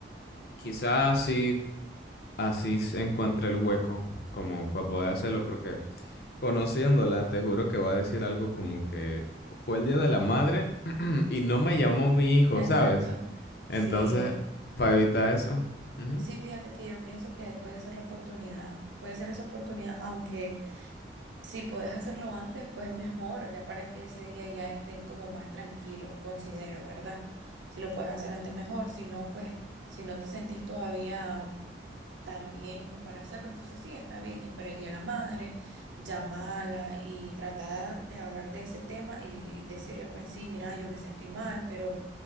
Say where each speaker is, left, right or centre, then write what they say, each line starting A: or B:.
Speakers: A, on the left (about 55°); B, on the right (about 85°).
A: quizás así, así se encuentre el hueco como para poder hacerlo porque Conociéndola, te juro que va a decir algo como que fue el día de la madre <clears throat> y no me llamó mi hijo,
B: Exacto.
A: ¿sabes?
B: Sí,
A: Entonces, para evitar eso. ujú.
B: sí, fíjate que yo pienso que puede ser la oportunidad, puede ser esa oportunidad, aunque si puedes hacerlo antes, pues mejor, ya para que ese día ya estén como más tranquilos, considero, ¿verdad? Si lo puedes hacer antes, mejor, si no, pues si no te sentís todavía tan bien como para hacerlo, entonces sí, está bien, espera el Día de la Madre, llamala y trata de hablar de ese tema y decirle, pues sí, mira, yo me sentí mal, pero